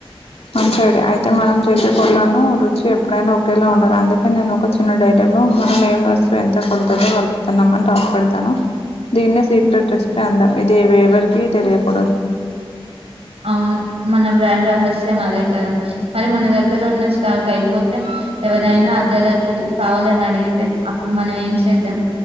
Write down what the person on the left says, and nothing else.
మంచి ఐడియా అయితే మనం చేసే పొలను రుచి ఎప్పుడైనా ఒకేలా ఉండాలి అందుకని నేను ఒక చిన్న డైరీలో మనం ఏం వస్తువు ఎంత కొలత కల్పుతున్నాము అని రాసి పెడతాను దీనే సీక్రెట్ రెసిపీ అందం ఇది ఎ ఎవరికీ తెలియకూడదు